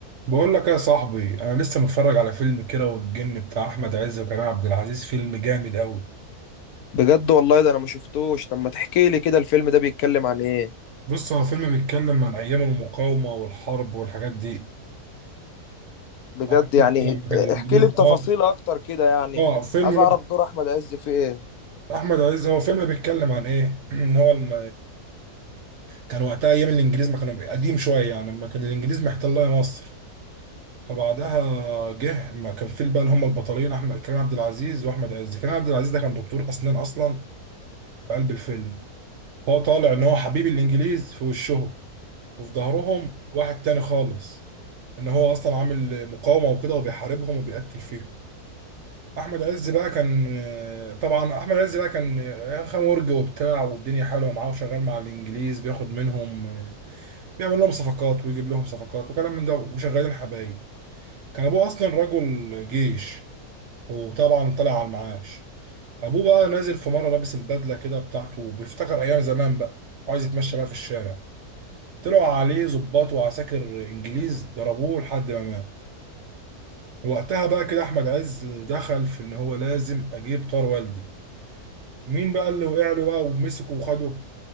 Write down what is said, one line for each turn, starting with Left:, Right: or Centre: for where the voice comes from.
Right: بقول لك يا صاحبي انا لسه متفرج على فيلم كيرة والجن بتاع احمد عز وكريم عبد العزيز فيلم جامد قوي
Left: بجد والله ده انا ما شفتوش طب ما تحكي لي كده الفيلم ده بيتكلم عن ايه
Right: بص هو فيلم بيتكلم عن ايام المقاومه والحرب والحاجات دي
Left: بجد
Right: عارف
Left: يعني
Right: انت لما كان الانجليز
Left: احكي لي بتفاصيل
Right: اه
Left: اكتر كده يعني
Right: اه فيلم
Left: عايز اعرف دور احمد عز في ايه
Right: احمد عز هو فيلم بيتكلم عن ايه <clears throat> ان هو الم... كان وقتها ايام الانجليز ما كانوا قديم شويه يعني لما كان الانجليز محتله مصر فبعدها جه ما كان في بقى هم البطلين احمد كريم عبد العزيز واحمد عز كريم عبد العزيز ده كان دكتور اسنان اصلا في قلب الفيلم هو طالع ان هو حبيب الانجليز في وشهم وفي ظهرهم واحد تاني خالص ان هو اصلا عامل مقاومه وكده وبيحاربهم وبيقتل فيهم احمد عز بقى كان طبعا احمد عز بقى كان خمرج وبتاع والدنيا حلوه معاه وشغال مع الانجليز بياخد منهم بيعمل لهم صفقات ويجيب لهم صفقات وكلام من ده وشغالين حبايب كان ابوه اصلا رجل جيش وطبعا طلع على المعاش ابوه بقى نازل في مره لابس البدله كده بتاعته وبيفتكر ايام زمان بقى وعايز يتمشى بقى في الشارع طلعوا عليه ضباط وعساكر انجليز ضربوه لحد ما مات وقتها بقى كده احمد عز دخل في ان هو لازم اجيب طار والدي ومين بقى اللي وقع له بقى ومسكه وخده